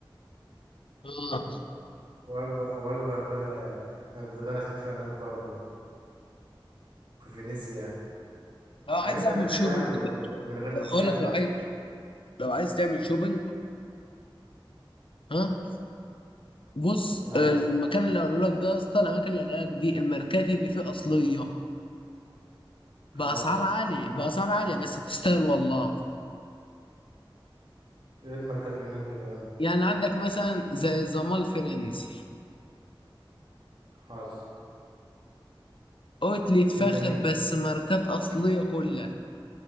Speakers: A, on the left (about 75°); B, on the right (about 60°).
A: اه
B: وجبة وجبة غدا وجبة غدا خفيفة هناك برضه في فينيسيا
A: لو
B: حاجات
A: عايز اعمل
B: يعني حلوة
A: شوبينج
B: يعني من غير من غير من غير ما تكلف
A: اقول لك لو عايز لو عايز تعمل شوبينج ها بص
B: أي
A: المكان اللي هقوله لك ده يا اسطى الاماكن اللي هقولها لك دي الماركات اللي فيه اصليه باسعار
B: حصل
A: عاليه باسعار عاليه بس تستاهل والله
B: ايه الماركات اللي هناك دي بقى
A: يعني عندك مثلا زي الزمال الفرنسي
B: حصل
A: اوتليت
B: وايه
A: فاخر
B: تاني إيه؟
A: بس ماركات اصليه كلها